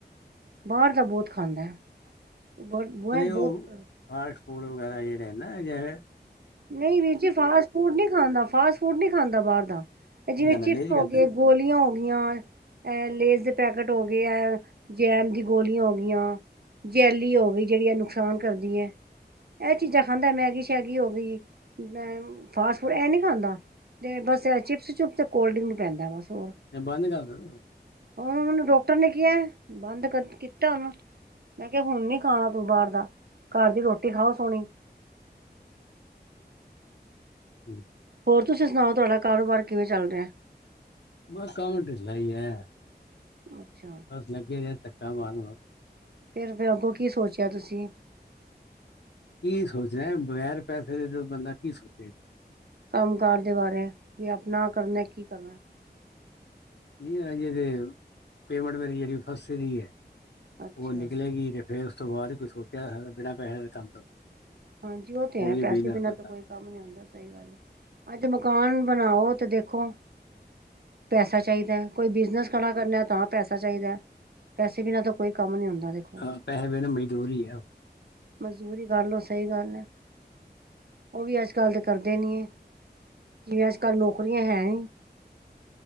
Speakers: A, on the right; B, on the left.
A: ਬਾਹਰ ਦਾ ਬਹੁਤ ਖਾਂਦਾ। ਬਹੁਤ ਬਹੁਤ
B: ਉਹ ਫਾਸਟ ਫੂਡ ਵਗੈਰਾ ਜਿਹੜੇ ਨਾ ਅਜਿਹੇ।
A: ਨਹੀਂ ਵੀਰ ਜੀ ਫਾਸਟ ਫੂਡ ਨਹੀਂ ਖਾਂਦਾ ਫਾਸਟ ਫੂਡ ਨਹੀਂ ਖਾਂਦਾ ਬਾਹਰ ਦਾ ਜਿਵੇਂ
B: ਕਹਿੰਦਾ
A: ਚਿਪਸ
B: ਲੇਜ
A: ਹੋ
B: ਕਹਿੰਦਾ
A: ਗਏ ਗੋਲੀਆਂ ਹੋ ਗਈਆਂ ਅ ਲੇਸ ਦੇ ਪੈਕੇਟ ਹੋ ਗਏ ਹੈ ਜੈਮ ਦੀ ਗੋਲੀਆਂ ਹੋ ਗਈਆਂ ਜੈਲੀ ਹੋ ਗਈ ਜਿਹੜੀ ਆ ਨੁਕਸਾਨ ਕਰਦੀ ਹੈ, ਇਹ ਚੀਜ਼ਾਂ ਖਾਂਦਾ ਮੈਗੀ ਸ਼ੈਗੀ ਹੋ ਗਈ। ਮੈਂ ਫਾਸਟ ਫੂਡ ਇਹ ਨਹੀਂ ਖਾਂਦਾ। ਅਤੇ ਬਸ ਚਿਪਸ ਚੁਪ ਅਤੇ ਕੋਲਡ ਡਰਿੰਕ ਨੂੰ ਪੈਂਦਾ ਬਸ ਹੋਰ
B: ਬੰਦ ਕਰਦਾ।
A: ਉਹਣ ਮਨੂੰ ਡਾਕਟਰ ਨੇ ਕਿਹਾ ਬੰਦ ਕੀਤਾ ਉਹਨੂੰ ਮੈਂ ਕਿਹਾ ਹੁਣ ਨੀ ਖਾਣਾ ਤੂੰ ਬਾਹਰ ਦਾ, ਘਰ ਦੀ ਰੋਟੀ ਖਾਓ ਸੋਹਣੀ।
B: <unintelligible>
A: ਹੋਰ ਤੁਸੀਂ ਸੁਣਾਓ, ਤੁਹਾਡਾ ਕਾਰੋਬਾਰ ਕਿਵੇਂ ਚੱਲ ਰਿਹਾ?
B: ਬਸ ਕਮ ਟਿਲਾ ਈ ਐ।
A: ਅੱਛਾ।
B: ਬਸ ਲੱਗੇ ਨੇ ਧੱਕਾ ਮਾਰ ਵਸ।
A: ਫਿਰ, ਫਿਰ ਅੱਗੋਂ ਕੀ ਸੋਚਿਆ ਤੁਸੀਂ?
B: ਕੀ ਸੋਚਣਾ, ਬਗੈਰ ਪੈਸੇ ਦੇ ਬੰਦਾ ਕੀ ਸੋਚੇਗਾ।
A: ਕੰਮ ਕਾਰ ਦੇ ਬਾਰੇ ਵੀ ਆਪਣਾ ਕਰਨਾ ਕੀ ਕਰਨਾ।
B: ਨਹੀਂ ਹਜੇ ਪੇਮੈਂਟ ਮੇਰੀ ਜਿਹੜ ਫਸੀ ਦੀ
A: ਅੱਛਾ
B: ਉਹ ਨਿਕਲੇਗੀ ਫੇਰ ਉਸ ਤੋਂ ਬਾਅਦ ਕੋਈ ਸੋਚਿਆ ਬਿਨਾਂ ਪੈਸੇ ਕੰਮ।
A: ਹਾਂਜੀ ਉਹ ਤੇ
B: ਕੋਈ
A: ਹੈ, ਪੈਸੇ
B: ਬਿਜ਼ਨਸ
A: ਬਿਨਾਂ
B: ਕਰਦਾ
A: ਤਾਂ ਕੋਈ ਆਦਾ ਸਹੀ ਗੱਲ ਐ, ਅੱਜ ਮਕਾਨ ਬਣਾਓ ਤੇ ਦੇਖੋ ਪੈਸਾ ਚਾਹੀਦਾ। ਈ ਬਿਜ਼ਨਸ ਖੜਾ ਕਰਨਾ ਤਾਂ ਪੈਸਾ ਚਾਹੀਦਾ, ਪੈਸੇ ਬਿਨਾਂ ਤਾਂ ਕੋਈ ਕੰਮ ਨਹੀਂ ਹੁੰਦਾ। ਦੇਖੋ
B: ਹਾਂ ਪੈਸੇ ਬਿਨਾਂ ਮਜ਼ਦੂਰ ਹੀ ਹੈ।
A: ਮਜ਼ਦੂਰੀ ਕਰਓ, ਸਹੀ ਗੱਲ ਹੈ। ਉਹ ਵੀ ਅੱਜ-ਕੱਲ੍ਹ ਦੇ ਕਰਦੇ ਨੀ। ਜਿਵੇਂ ਅੱਜ, ਕੱਲ੍ਹ ਨੌਕਰੀਆਂ ਹੈ ਨੀ।